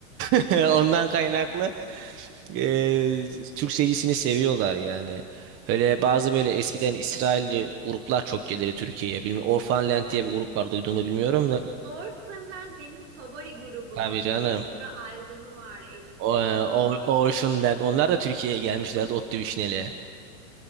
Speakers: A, on the right (about 30°); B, on the right (about 65°).
A: <laughs> ondan kaynaklı e, Türk seyircisini seviyorlar yani. Öyle bazı böyle eskiden İsrailli gruplar çok gelirdi Türkiye'ye. Bilmiyorum Orphan Land diye bir grup var duydun mu bilmiyorum da.
B: Orphanland benim favori grubum.
A: Tabii canım.
B: Bir sürü albümü var elimde
A: O, e,
B: şu anda.
A: o, Ocean Land. Onlar da Türkiye'ye gelmişlerdi Otlu Vişneli'ye.